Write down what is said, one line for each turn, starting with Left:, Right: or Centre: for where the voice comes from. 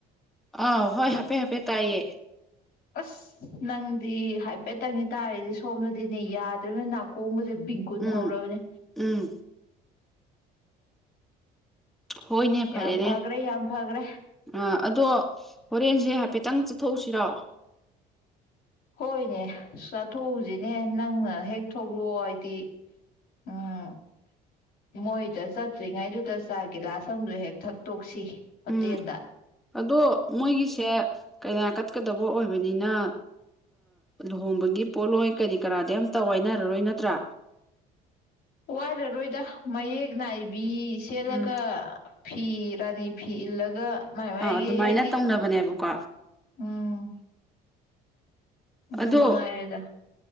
Centre: ꯑ ꯍꯣꯏ ꯍꯥꯥꯏꯄꯦ ꯍꯥꯄꯦ ꯇꯥꯏꯌꯦ
Left: ꯑꯁ ꯅꯪꯗꯤ ꯍꯥꯏꯕꯦꯠ ꯇꯪꯅꯤꯗ ꯇꯥꯔꯤꯁꯤ ꯁꯣꯝꯗꯗꯤꯅꯦ ꯌꯥꯗ ꯅꯥ ꯀꯣꯡꯒꯁꯤ ꯕꯤꯡꯀꯨꯟ
Centre: ꯎꯝ
Left: ꯍꯧꯔꯕꯅꯦ
Centre: ꯎꯝ ꯍꯣꯏꯅꯦ ꯐꯔꯦꯅꯦ
Left: ꯌꯥꯝ ꯐꯈ꯭ꯔꯦ ꯌꯥꯝ ꯐꯈ꯭ꯔꯦ
Centre: ꯑ ꯑꯗꯣ ꯍꯣꯔꯦꯟꯁꯦ ꯍꯥꯏꯐꯦꯠꯇꯪ ꯆꯠꯊꯣꯛꯎꯁꯤꯔꯣ
Left: ꯍꯣꯏꯅꯦ ꯆꯥꯊꯣꯛꯎꯁꯤꯅꯦ ꯅꯪꯅ ꯍꯦꯛ ꯊꯣꯛꯂꯛꯑꯣ ꯍꯥꯏꯗꯤ ꯎꯝ ꯃꯣꯏꯗ ꯆꯠꯇ꯭ꯔꯤꯉꯩꯗꯨꯗ ꯆꯥ ꯒꯤꯂꯥꯁ ꯑꯃꯗꯨ ꯍꯦꯛ ꯊꯛꯇꯣꯛꯁꯤ ꯍꯣꯇꯦꯜꯗ
Centre: ꯎꯝ ꯑꯗꯣ ꯃꯣꯏꯒꯤꯁꯦ ꯀꯩꯅ ꯀꯠꯀꯗꯕ ꯑꯣꯏꯕꯅꯤꯅ ꯂꯨꯍꯣꯡꯕꯒꯤ ꯄꯣꯠꯂꯣꯏ ꯀꯔꯤ ꯀꯔꯥꯗꯤ ꯑꯝꯇ ꯋꯤꯏꯅꯔꯔꯣꯏ ꯅꯠꯇ꯭ꯔꯥ
Left: ꯋꯥꯏꯔꯔꯣꯏꯗ ꯃꯌꯦꯛ ꯅꯥꯏꯕꯤ ꯁꯦꯠꯂꯒ
Centre: ꯎꯝ
Left: ꯐꯤ ꯔꯥꯅꯤ ꯐꯤ ꯏꯜꯂꯒ ꯃꯥꯏ ꯃꯥꯏꯒꯤ
Centre: ꯑꯥ ꯑꯗꯨꯃꯥꯏꯅ
Left: ꯍꯥꯏꯗꯤ
Centre: ꯇꯧꯅꯕꯅꯦꯕ ꯀꯣ
Left: ꯎꯝ ꯑꯗꯨ
Centre: ꯑꯗꯣ
Left: ꯃꯉꯥꯏꯔꯦꯗ